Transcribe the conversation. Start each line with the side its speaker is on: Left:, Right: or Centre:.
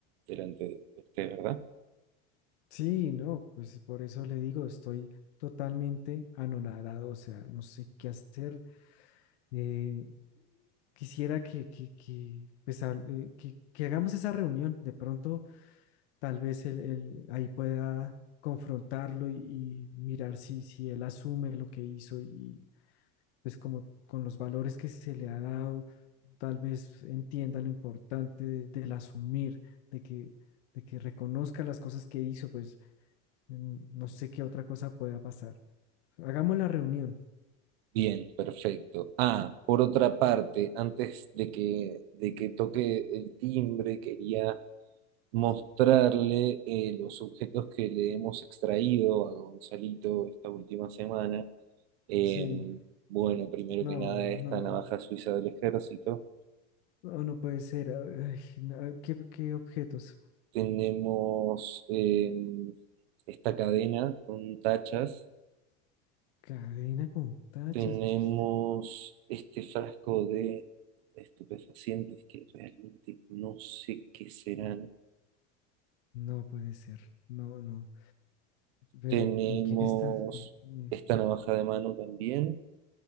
Right: delante de usted, ¿verdad?
Left: Sí, no, pues por eso le digo, estoy totalmente anonadado, o sea, no sé qué hacer. Eh, quisiera que, que, que, pues, hable- eh, que, que hagamos esa reunión. De pronto, tal vez él, él ahí pueda confrontarlo y, y mirar si, si él asume lo que hizo y pues como con los valores que se le ha dado, tal vez entienda lo importante de- del asumir, de que, de que reconozca las cosas que hizo, pues Mm, No sé qué otra cosa pueda pasar. Hagamos la reunión.
Right: Bien, perfecto. Ah, por otra parte, antes de que, de que toque el timbre, quería mostrarle eh, los objetos que le hemos extraído a Gonzalito esta última semana. Em,
Left: Sí,
Right: bueno, primero
Left: no,
Right: que nada, esta
Left: no,
Right: navaja suiza del ejército
Left: no, no puede ser. a- ay, no, a- ¿qué, qué objetos?
Right: tenemos em, esta cadena con tachas,
Left: Cadena con tachas.
Right: tenemos
Left: este,
Right: este frasco de estupefacientes que realmente no sé qué serán,
Left: No puede ser. No, no. Pero
Right: tenemos
Left: ¿con quién está? Mm,
Right: esta navaja de mano también.